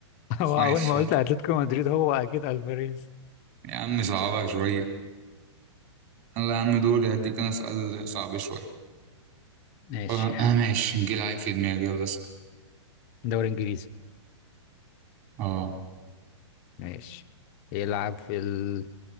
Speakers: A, on the left (about 20°); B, on the right (about 25°).
A: <laughs> هو
B: ماشي
A: اول ما قلت
B: يعني
A: اتلتيكو مدريد هو اكيد الفاريز
B: يا عم صعبها شوية يلا يا عم دوري هديك انا سؤال صعب شوية
A: ماشي
B: اه آه، ماشي نجيل لعيب في دماغي يلا اسأل
A: دوري انجليزي
B: اه
A: ماشي يلعب في ال...